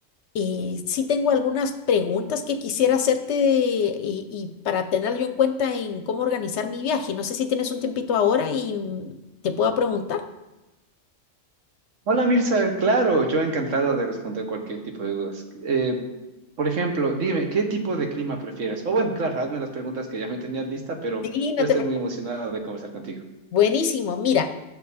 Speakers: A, on the left; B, on the right.
A: Eh, sí tengo algunas preguntas que quisiera hacerte de- y, y para tenerlo yo en cuenta en cómo organizar mi viaje. No sé si tienes un tiempito ahora y mm, te puedo preguntar.
B: Hola Mirza, claro, yo encantado de responder cualquier tipo de dudas. Eh, por ejemplo, dime, ¿qué tipo de clima prefieres? O bueno, claro, hazme las preguntas que ya me tenías lista, pero
A: Sí, no
B: yo
A: te
B: estoy
A: preocupes.
B: muy emocionado de conversar contigo.
A: Buenísimo. Mira,